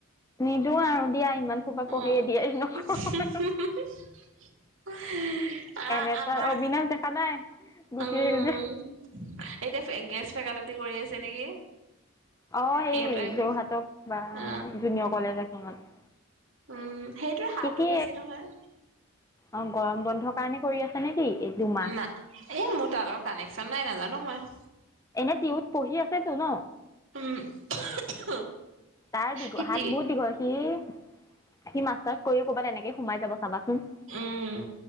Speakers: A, on the left; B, on the right.
A: নিদো আৰু দিয়া ইমান। সোপা
B: অ
A: পঢ়ি এ ডি আৰি নকৰো আৰু
B: আ
A: এম এপা
B: আমাৰ
A: অবিনাশ দেখা নাই গুচি
B: উম
A: আহিল যে।
B: এতিয়া গেষ্ট ফেকালটি কৰি আছে নেকি?
A: অঁ
B: সিহঁতৰ
A: এই
B: সেইকাৰণে
A: যোৰহাটৰ কিবা জুনিয়ৰ
B: অ
A: কলেজ এখনত।
B: উম সেইটো হাতো
A: সি কি
B: বেছি নহয়।
A: অ গৰম বন্ধৰ কাৰণে কৰি আছে। নেকি এই দুমাহ
B: না এ মোৰ তাৰ লগৰ কানেকচন নাই নাজানো মই।
A: এনে টিউত পঢ়ি আছেতো ন?
B: উম।
A: তাৰ দীঘ
B: খেতি
A: হাত বোৰ দীঘল সি সি মাষ্টাৰছ কৰি ক'ৰবাত এনেকে সোমাই যাব চাবাচোন।
B: উম।